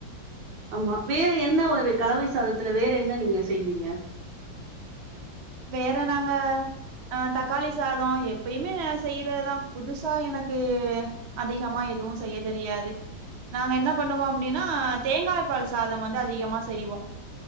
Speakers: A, on the right; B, on the right.
A: ஆமா வேற என்ன ஒரு கலவை சாதத்துல வேற என்ன நீங்க செய்வீங்க
B: வேற நாங்க அ தக்காளி சாதோ எப்பயுமே செய்யறதா புதுசா எனக்கு அதிகமா எதுவு செய்ய தெரியாது நாங்க என்ன பண்ணுவோ அப்டின்னா தேங்காய் பால் சாதம் வந்து அதிகமா செய்வோ